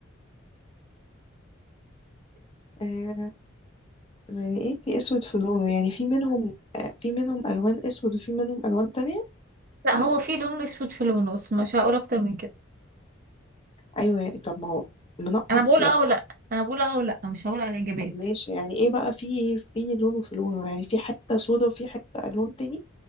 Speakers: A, on the left; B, on the right.
A: آه يعني ايه في اسود في لونه يعني في منهم في منهم الوان اسود وفي منهم الوان تانية
B: لا هو في لون اسود في لونه بس مش هقول اكتر من كده
A: ايوه يعني طب ما هو منقط
B: انا بقول
A: لا
B: اه ولا انا بقول اه ولا مش هقول على الاجابات
A: ماشي يعني ايه بقى في في لونه في لونه يعني في حته سودا وفي حته الوان تاني